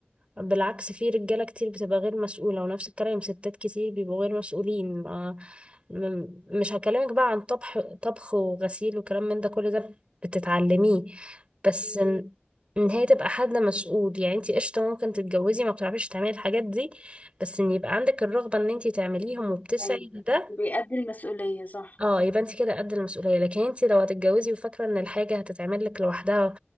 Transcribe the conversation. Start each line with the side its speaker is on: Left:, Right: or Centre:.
Right: بالعكس في رجالة كتير بتبقى غير مسؤولة ونفس الكلام ستات كتير بيبقوا غير مسؤولين ما م- مش هكلمك بقى عن طبخ طبخ وغسيل وكلام من ده كل ده بتتعلميه بس
Left: مم.
Right: ان إن هي تبقى حد مسؤول يعني انتي قشطة ممكن تتجوزي ما بتعرفيش تعملي الحاجات دي بس ان يبقى عندك الرغبة ان انتي تعمليهم وبتسعي
Left: ايوه
Right: لده
Left: بيأدي المسؤولية صح
Right: اه يبقى انتي كده قد المسؤولية لكن انتي لو هتتجوزي وفاكرة ان الحاجة هتتعمل لك لوحدها